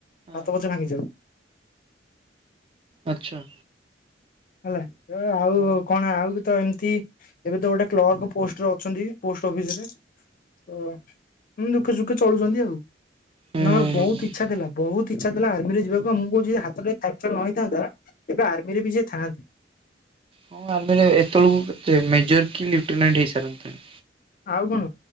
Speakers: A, on the right; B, on the left.
A: ହଁ
B: ହାତ ପଛେ ଭାଙ୍ଗି ଯାଉ।
A: ଆଚ୍ଛା।
B: ହେଲା ଆଉ
A: ହୁଁ
B: କଣ ଆଉ କି ତ ଏମିତି ଏବେ ତ ଗୋଟେ କ୍ଲର୍କ ପୋଷ୍ଟରେ ଅଛନ୍ତି ପୋଷ୍ଟ ଅଫିସ ରେ ଓ ଦୁଃଖେ ସୁଖେ ଚଳୁଚନ୍ତି ଆଉ।
A: ହଁ
B: ନା ମୋର ବହୁତ ଇଚ୍ଛା ଥିଲା ବହୁତ ଇଛା ଥିଲା ଆର୍ମିରେ ଯିବାକୁ ଆ ମୁଁ କହୁଚି ଯଦି ହାତଟା ଫ୍ୟାକଚର୍ ନ ହେଇଥାନ୍ତା ଏବେ ଆର୍ମିରେ ବି ସେ ଥାନ୍ତେ।
A: ହଁ ଆର୍ମିରେ ଏତେବେଳକୁ କେତେ ମେଜର କି ଲିଫଟନାଣ୍ଟ ହେଇସାରନ୍ତେଣି।
B: ଆଉ କଣ